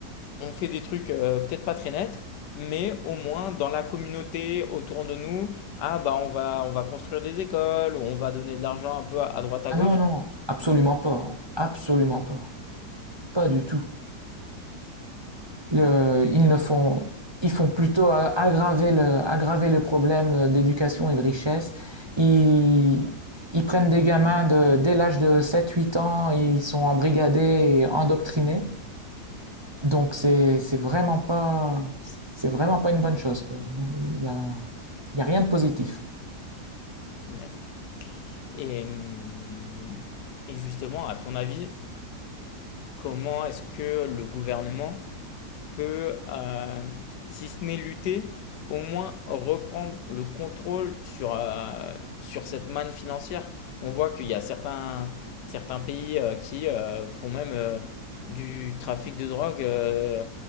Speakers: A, on the left; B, on the right.
A: on fait des trucs euh, peut-être pas très nets, mais au moins dans la communauté autour de nous, ah bah on va, on va construire des écoles, on va donner de l'argent un peu à, à droite à
B: Ah
A: gauche.
B: non non, absolument pas, absolument pas, pas du tout. Le- ils ne font, ils font plutôt a- aggraver le, aggraver le problème euh, d'éducation et de richesse. Ils, ils prennent des gamins de, dès l'âge de sept-huit ans, ils sont embrigadés et endoctrinés. Donc c'est, c'est vraiment pas, c'est vraiment pas une bonne chose, quoi. Non, il y a, il y a rien de positif.
A: Ouais. Et, hum, et justement, à ton avis, Comment est-ce que le gouvernement peut, euh, si ce n'est lutter, au moins reprendre le contrôle sur, euh, sur cette manne financière. On voit qu'il y a certains, certains pays euh, qui euh, font même euh, du trafic de drogue euh,